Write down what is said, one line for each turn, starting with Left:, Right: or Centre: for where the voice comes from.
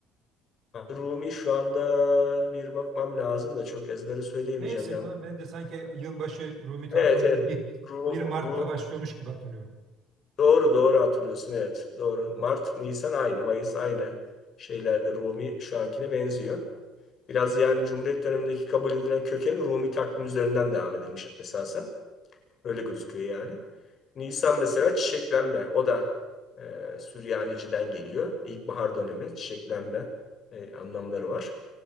Left: Rumi şu anda bir bakmam lazım da çok ezbere söyleyemeyeceğim
Right: Neyse
Left: yanlış.
Right: tamam ben de sanki yılbaşı Rumi takviminde
Left: Evet evet.
Right: bir,
Left: Ru-
Right: 1 Mart'ta
Left: Rumi
Right: başlıyormuş gibi hatırlıyorum.
Left: Doğru doğru hatırlıyorsun evet. Doğru. Mart, Nisan aynı. Mayıs aynı şeylerde Rumi şu ankine benziyor. Biraz yani Cumhuriyet dönemindeki kabul edilen kökeni Rumi takvim üzerinden devam edilmiş esasen. Öyle gözüküyor yani. Nisan mesela çiçeklenme. O da e, Süryaniciden geliyor. İlkbahar dönemi çiçeklenme e, anlamları var.